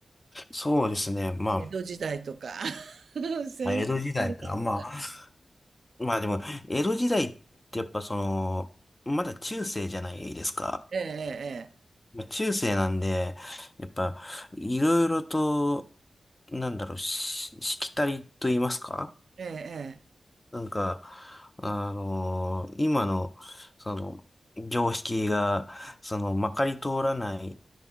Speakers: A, on the left; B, on the right.
A: そうですね。ま
B: 江戸時代とか、<laughs> 戦国時代とか。
A: あ、江戸時代か。まあ、まあでも、江戸時代ってやっぱその、まだ中世じゃないですか。
B: ええ
A: まあ中世なんで、やっぱ、いろいろと、なんだろう、し、しきたりと言いますか
B: えええええ
A: なんか、あのー今の、その、常識が、その、まかり通らない